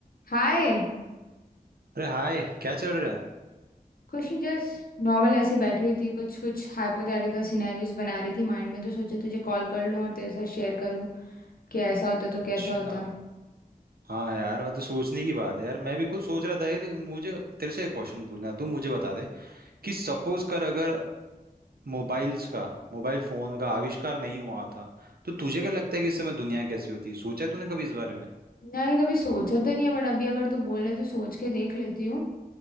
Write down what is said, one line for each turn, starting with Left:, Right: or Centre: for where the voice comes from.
Left: हाय
Right: अरे हाय क्या चल रहा है
Left: कुछ नहीं जस्ट नॉर्मल ऐसे बैठी हुई थी कुछ कुछ हाइपोथेटिकल सिनेरियोज बना रही थी माइंड में तो सोचा तुझे कॉल कर लूँ और तेरे साथ शेयर करूँ कि ऐसा होता तो
Right: अच्छा
Left: कैसा होता
Right: हाँ यार मैं तो सोचने की बात है यार मैं भी खुद सोच रहा था यार मुझे तेरे से एक क्वेश्चन पूछना है, तू मुझे बता दे कि सपोज कर अगर मोबाइल्स का मोबाइल फोन का आविष्कार नहीं हुआ था तो तुझे क्या लगता है कि इस समय दुनिया कैसी होती सोचा है तूने कभी इस बारे में
Left: नहीं कभी सोचा तो नहीं है बट अभी अगर तू बोले तो सोच के देख लेती हूँ